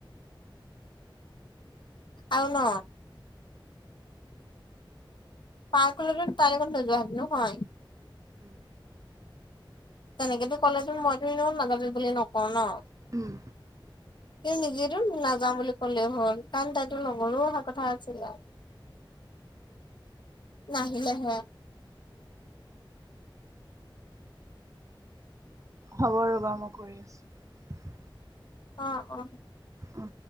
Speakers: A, on the left; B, on the right.
A: আৰু ন পাৰ্কৰ ত নো যোৱা নহ
B: উম,
A: তেনেকেতো ক'লেতো মইতো এ নাগাজ বুলি নকওঁ ন'
B: উম,
A: তেওঁ নিজেতো নাযাওঁ বুলি ক'লে হ'ল কাৰণ তাইতো লগৰো অহা কথা আছিলে নাহিলেহে
B: হ'ব ৰ' বাৰু মই কৰি আছো
A: অ অ
B: অ